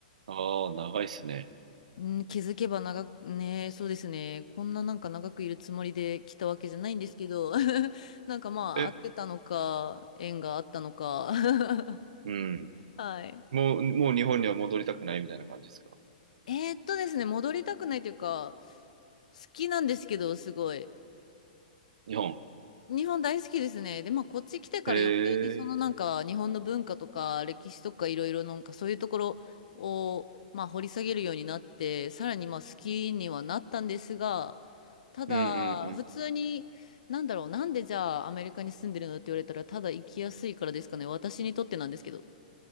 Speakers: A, on the right; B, on the left.
A: ああー、長いっすね。
B: うん、気づけば長く、ね、そうですね。こんななんか長くいるつもりで来たわけじゃないんですけど、<laughs> なんかまあ、
A: え、
B: 合ってたのか、縁があったのか。<laughs>
A: うん。
B: はい。
A: もう、もう日本には戻りたくないみたいな感じですか
B: えーっとですね、戻りたくないというか、好きなんですけど、すごい。
A: 日本。
B: 日本大好きですね。で、まあ、こっち来てから余計にそのなんか日本の文化とか歴史とかいろいろなんかそういうところをまあ掘り下げるようになって、
A: へえ。
B: さらにまあ好きにはなったんですが、ただ普通に、
A: うんうん
B: なんだろう、なんでじゃあアメリカに住んでるのって言われたら、ただ行きやすいからですかね。私にとってなんですけど。